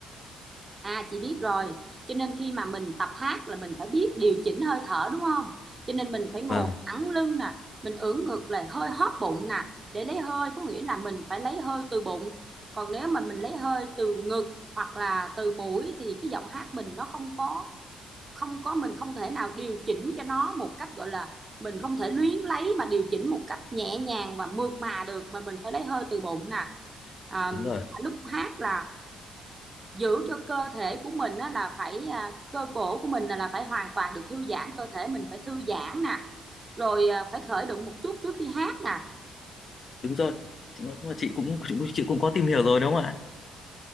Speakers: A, on the right (about 25°); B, on the left (about 45°).
A: À chị biết rồi, cho nên khi mà mình tập hát là mình phải biết điều chỉnh hơi thở đúng không? Cho nên mình phải ngồi
B: vâng
A: thẳng lưng nè, mình ưỡn ngực là hơi hóp bụng nè, để lấy hơi có nghĩa là mình phải lấy hơi từ bụng. Còn nếu mà mình lấy hơi từ ngực hoặc là từ mũi thì cái giọng hát mình nó không có không có mình không thể nào điều chỉnh cho nó một cách gọi là mình không thể luyến lấy mà điều chỉnh một cách nhẹ nhàng và mượt mà được mà mình phải lấy hơi từ bụng nè. À,
B: đúng rồi
A: lúc hát là giữ cho cơ thể của mình á, là phải à, cơ cổ của mình là, là phải hoàn toàn được thư giãn cơ thể mình phải thư giãn nè rồi à, phải khởi động một chút trước khi hát nè
B: đúng rồi chị, nói chung là chị cũng, cũng chị cũng có tìm hiểu rồi đúng không ạ